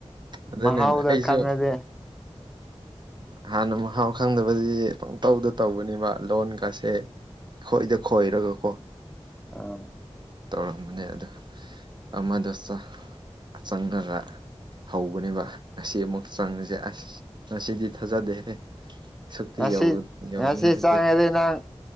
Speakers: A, on the right; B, in the centre.
A: ꯑꯗꯨꯅꯤꯅꯦ
B: ꯃꯍꯥꯎꯗꯣ
A: ꯑꯩꯖꯨ꯫
B: ꯈꯪꯉꯗꯤ
A: ꯍꯥꯟꯅ ꯃꯍꯥꯎ ꯈꯪꯗꯕꯒꯤ ꯄꯪꯇꯧꯗ ꯇꯧꯕꯅꯦꯕ ꯂꯣꯟꯒꯥꯁꯦ꯫ ꯈꯣꯏꯗ ꯈꯣꯏꯔꯒ ꯀꯣ꯫
B: ꯑꯥ
A: ꯇꯧꯔꯝꯕꯅꯦ ꯑꯗꯣ ꯑꯃꯗꯣꯆ ꯆꯪꯒꯗ꯭ꯔ꯫ ꯍꯧꯕꯅꯦꯕ ꯉꯁꯤ ꯑꯃꯨꯛ ꯆꯪꯉꯖꯦ ꯑꯁ ꯉꯁꯤꯗꯤ ꯊꯥꯖꯗꯦꯍꯦ꯫ ꯁꯨꯛꯇꯤ
B: ꯉꯁꯤ
A: ꯌꯧꯒꯅꯤ
B: ꯉꯁꯤ
A: ꯍꯥꯏꯕꯗꯤ
B: ꯆꯥꯔꯗꯤ ꯅꯪ꯫